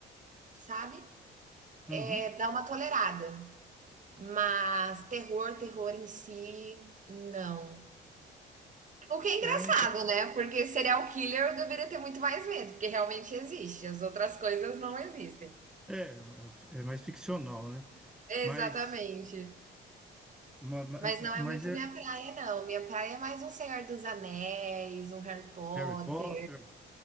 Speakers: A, on the right; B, in the centre.
A: sabe?
B: Uhum.
A: É, dar uma tolerada. Mas terror, terror em si, não. O que é engraçado,
B: É, então,
A: né? Porque serial killer eu deveria ter muito mais medo, porque realmente existe. As outras coisas não existem.
B: é, é mais ficcional, né?
A: Exatamente.
B: Mas, ma- ma-
A: Mas não
B: mas
A: é muito
B: é
A: minha praia, não. Minha praia é mais um Senhor dos Anéis, um Harry Potter.
B: Harry Potter,